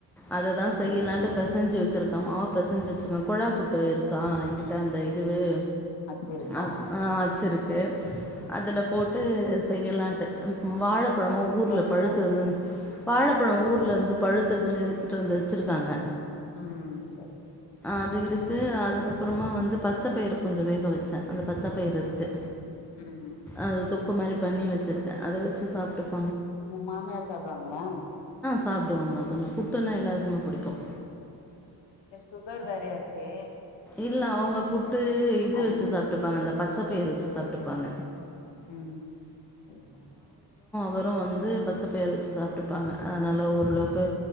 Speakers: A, in the centre; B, on the left (about 75°).
A: அதை தான் செய்யலான்ட்டு
B: சேரி
A: பெசஞ்சு வச்சிருக்க அ மாவு பெசைஞ்சிச்சுக்கன் குழா புட்டு இருக்கான் என்கிட்ட அந்த இதுவு
B: வச்சுருக்கா
A: அ <inaudible> அதுல போட்டு செய்யலான்ட்டு வாழைப்பழமோ
B: அதுக்கு
A: ஊர்ல
B: தொட்டுக்க
A: பழுத்தது வாழைப்பழம் ஊர்ல இருந்து பழுத்ததுன்னு எடுத்துட்டு வந்து வச்சிருக்காங்க
B: உம் சரி
A: அது இருக்கு அதுக்கப்புறமா வந்து பச்ச பயிற கொஞ்சம் வேக வச்சேன் அந்த பச்சப்பயிறு இருக்கு
B: ம்
A: அது தொக்கு மாரி பண்ணி வச்சிருக்க அதை வச்சு சாப்பட்டுப்
B: உ மாமியார் சாப்டுவாங்களா
A: சாப்படுவாங்க அதல்லாம் புட்டுன்னா எல்லாருக்குமே பிடிக்கும்
B: இல்ல சுகர் வேறயாச்சே
A: இல்ல அவங்க புட் ட்டு இது
B: அது
A: வச்சு சாப்பட்டுப்பாங்க அந்த பச்ச பயர் வச்சு சாப்பட்டுப்பாங்க
B: ம் செரி -செரி
A: வரும் வந்து பச்ச பயர் வச்சு சாப்பிட்டு இருப்பாங்க அதனால ஓரளவுக்கு